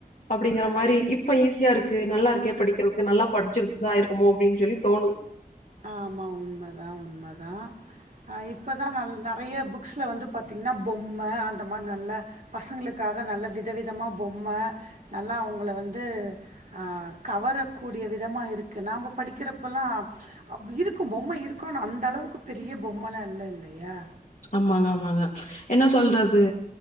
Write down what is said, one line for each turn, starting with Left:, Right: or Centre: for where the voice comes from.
Left: அப்டிங்கிற மாறி இப்ப ஈஸியாருக்கு நல்லார்க்கே படிக்கிறவ்க்கு நல்லா படிச்சிற்தா ஆய்ர்க்குமோ அப்டின் சொல்லி தோணு
Right: ஆமா உண்மதா உண்மதா அ இப்பதா நல் நறையா புக் க்ஸ்ல வந்து பாத்திங்னா பொம்ம அந்த மார் நல்ல பசங்க்ளுக்காக நல்ல விதவிதமா பொம்ம நல்லா அவுங்குள வந்து ஆ கவரக்கூடிய விதமா இருக்கு நாம்ப படிக்குறப்பல்லா அப்பி இருக்கும் பொம்ம இருக்கு னா அந்த அளவுக்கு பெரிய பொம்மலால்ல இல்லயா
Left: அம்மாங்க ஆமாங்க என்ன சொல்றது